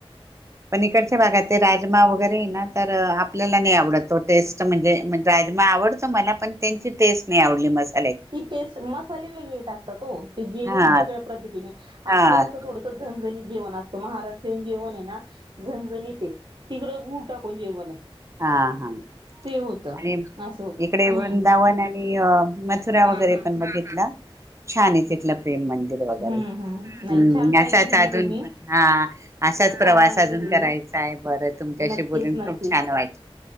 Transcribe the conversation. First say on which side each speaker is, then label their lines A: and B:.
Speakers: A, on the right; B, on the right.
A: पण इकडच्या भागात ते राजमा वगैरे तर आपल्याला नाही आवडतो टेस्ट म्हणजे राजमा आवडतो मला पण त्यांची टेस्ट नाही आवडली मस्
B: ती टेस्ट मसाले वेगळे टाकतात ओ ते जेवण
A: हा
B: वेगळ्या पद्धतीने
A: हा
B: आपलं कस थोडस झणझणी जेवण आसत महाराष्ट ष्ट्रियन जेवण हे ना झणझणीतयं तिकड गुळ टाकून जेवण
A: हा, हा
B: ते होतं
A: आणि
B: असं होत
A: इकडे
B: हम्म
A: वृदावन <unintelligible> मथुरा
B: हा
A: वगैरे
B: हा हा
A: पण बघितलं छान आहे तिथलं प्रेम मंदिर वगैरे
B: हम्म हम्म नाही
A: हम्
B: छान माहिती
A: असाच
B: दिली
A: अजून
B: तुम्ही
A: पण हा असाच प्रवास
B: छान माहिती
A: अजून
B: दिली
A: करायचा आहे बरं तुमच्याशी
B: नक्कीच
A: बोलून
B: नक्कीच
A: खूप छान व्हाट --